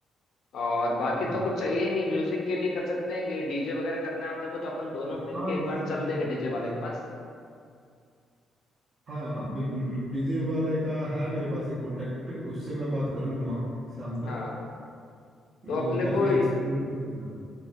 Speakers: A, on the left; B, on the right.
A: और बाकी
B: हाँ
A: तो कुछ चाहिए ही नहीं म्यूजिक के लिए कर सकते हैं कि डीजे वगैरह करना है अपने को तो अपन दोनों
B: हाँ
A: मिलके एक
B: डीजे
A: बार चल
B: डाजे
A: देंगे
B: कर लेते
A: डीजे
B: हैं
A: वाले
B: यार
A: के पास
B: हाँ बिल्कुल बिल्कुल डीजे वाले का है मेरे पास एक कॉन्टेक्ट उससे मैं बात कर लूंगा शाम तक
A: हाँ तो
B: वो
A: अपने
B: काफी
A: को
B: अच्छा लोग।